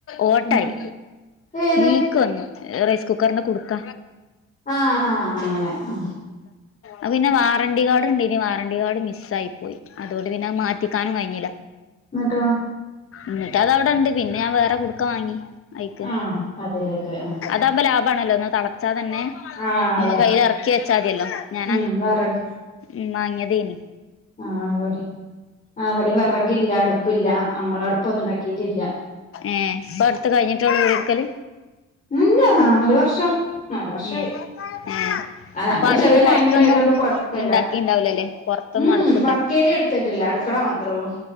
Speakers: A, on the left; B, on the left.
A: ഓട്ടായി
B: ഉം ഏത്
A: ലീക്ക് വന്നു റൈസ് കുക്കറ്ന്റ കുടുക്ക
B: ആ ആ അങ്ങനെ ആ
A: അ പിന്നെ വാറണ്ടറി കാർഡ് ഇണ്ട് ഇനി വാറണ്ടറി കാർഡ് മിസ്സായി പോയി അതുകൊണ്ട് പിന്നെ മാറ്റിക്കാനും കഴിഞ്ഞില്ല
B: എന്നിട്ടോ
A: എന്നിട്ട് അതവിടെ ഇണ്ട് പിന്നെ ഞാൻ വേറെ കുടുക്ക വാങ്ങി അയ്ക്ക്
B: ആഹ് അതിലേക്ക് ആഹ്
A: താമ്പോ ലാഭാണല്ലോ ഒന്ന് തെളച്ചാൽ തന്നെ
B: ആഹ് അതെ
A: നമ്മക്ക് അയ്ല് യറക്കി വെച്ചാ മതിയല്ലോ ഞ
B: ഉം വിറക്
A: ഉ മാങ്ങിയതേനി
B: ആഹ അവിടെ ആ അവിടെയും വെറകില്ല അടുപ്പില്ല നമ്മള അടുപ്പൊന്നും ഇണ്ടാക്കിട്ടില്ല
A: ഏ പടുത്ത് കഴിഞ്ഞിട്ടള്ളൂ <unintelligible> എടുക്കല്
B: ഇല്ല നാല് വർഷം നാല് വർഷായി
A: ഏഹ് ഏഹ്
B: ആ നമ്മൾ
A: അപ്പൊ അടുപ്പ്
B: ചെറിയ
A: പൊറത്തൊന്നും
B: ഫാമിലി ആയതു കൊണ്ട് കൊയപ്പില്ല
A: ഇണ്ടാക്കിണ്ടാവൂലല്ലേ പൊറത്തൊന്നും
B: ഉം
A: അടുപ്പ്
B: വർക്കേരിയ എടുത്തിട്ടില്ല അടുക്കള മാത്രം ത്രള്ളൂ